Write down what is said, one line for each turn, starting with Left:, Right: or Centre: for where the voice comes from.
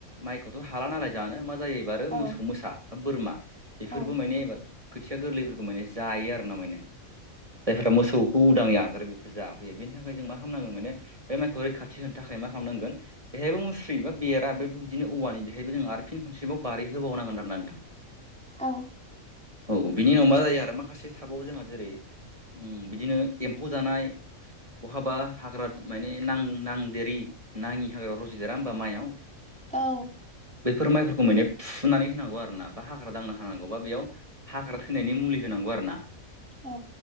Right: माइखौथ हाला नालाय जानो मा जायो आरो
Centre: औ
Right: मोसौ मोसा बोरमा बेफोरबो
Centre: औ
Right: माने इबार खोथिया गोरलैफोरखौ माने जायो आरोना। माने जायफोरा मोसौखौ उदांयै आरो बेफोर जाफैयो। बेनि थाखाय जों मा खालामनांगोन माने बे माइखौ रैखाथि होनो थाखाय मा खालामनांगोन बेहायबो मुस्रि बा बेरा बे बिदिनो औवानि बेहायबो जों आरो फिन खनसेबाव बारि होबावनांगोन आरो ना नोंथां।
Centre: औ
Right: औ बिनि उनाव मा जायो आरो माखासे थाबाव जोंहा जेरै बिदिनो एम्फौ जानाय बहाबा हाग्रा माने नां नांदेरि नाङि हाग्रा रजदेरा होमबा माइआव
Centre: औ
Right: बेफोर माइफोरखौ माने फुनानै होनांगौ आरो ना बा हाग्रा दांना होनांगौ बा बेयाव हाग्रा थैनायनि मुलि होनांगौ आरो ना
Centre: औ